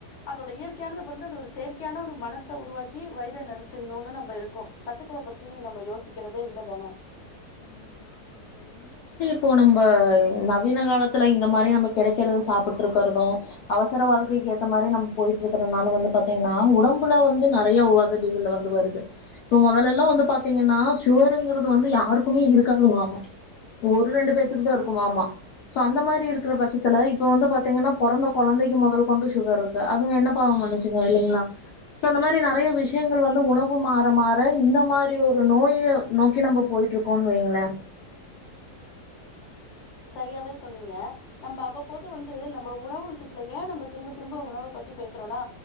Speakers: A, on the left; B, on the left.
A: அதோட இயற் கையானத பொருந்து அது ஒரு செயற் க்கையான ஒரு மணத்த உருவாக்கி வைற நெறச்சிற்ணுனு நம்ப இருக்கோ சத்துக்கள பத்தி நம்ம யோசிக்கிறதே இல்லதானே
B: ப்போ நம்ப நவீன காலத்துல இந்த மாரி நம்ம கெடைக்கிறத சாப்புட் ருக்கிறது அவச செல வாழ்க்கைக்கு ஏத்த மாரி நம் போயிட்ருக்கறனால வந்து பாத்திங்னா ஒடம் புல வந்து நெறைய ஒதவிகள் வந்து வருது ப மொதலெல்லாம் வந்து பாத்தீங்கன்னா ஷுகருங்குறது வந்து யாருக்குமே இருக்காதுங்ளாமா. ஒரு ரெண்டு பேத்துக்கு தான் இருக்குமாமா சோ அந்த மாரி இருக்குற பச்சத்துல இப்ப வந்து பாத்தீங்கன்னா பொறந்த கொழந்தைக்கு மொதல் கொண்டு ஷுகர் இருக்கு அதுங்க என்ன பாவம் பண்ணுச்சுங்க இல்லெங்ளா இப்ப அந்த மாரி நெறைய விஷயங்கள் வந்து உணவு மாற மாற இந்த மாரி ஒரு நோய நோக்கி நம்ப போயிட்ருக்கோன்னு வைங்களேன்
A: சரியாவே சொன்னிங்க நம்ப அவ்வப்போது வந்து நம்ப உணவு விஷ்யத்துல ஏ நம்ப திரும்ப திரும்ப உணவ பத்தி பேசுறோனா